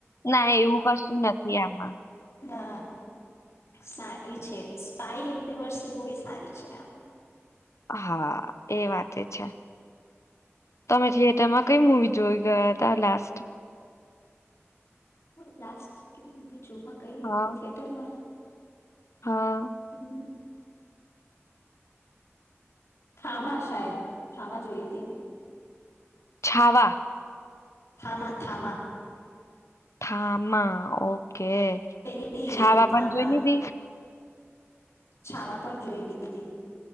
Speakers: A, on the left; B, on the left.
A: ના એવું કશું નથી આમાં.
B: હા. સારી છે સ્પાય. તે વર્ષ એ મુવી સારી છેઆમાં.
A: હા. એ વાતે છે. તમે થિયેટરમાં કઈ મુવી જોઈ ગયા હતા લાસ્ટ.
B: <unintelligible> જોમાં કઈ
A: હા
B: હતી થિયેટર માં.
A: હા.
B: હમ. થામા શાયદ થામા જોઈ હતી મેં.
A: છાવા.
B: થામા થામા.
A: થામાં ઓ. કે
B: પેલી
A: છાવા પણ
B: થામા
A: જોઈ લીધી.
B: છાવા પણ જોઈ લીધી.